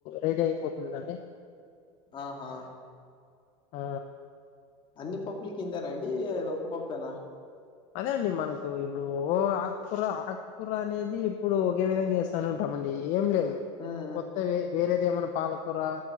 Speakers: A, on the left (about 55°); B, on the left (about 35°).
A: రెడీ అయిపోతుందండి
B: ఆహా
A: ఆ
B: అన్ని పప్పుల కింతేనా అండి <unintelligible> ఒక పప్పేనా
A: అదే అండి మనకు ఇప్పుడు ఓ ఆక్కూర కూర అనేది ఇప్పుడు ఒకే విధంగ ఏస్తానే ఉంటామండి ఏం లేదు
B: హ్మ్
A: కొత్త వేరేది ఏమన్నా పాలకూర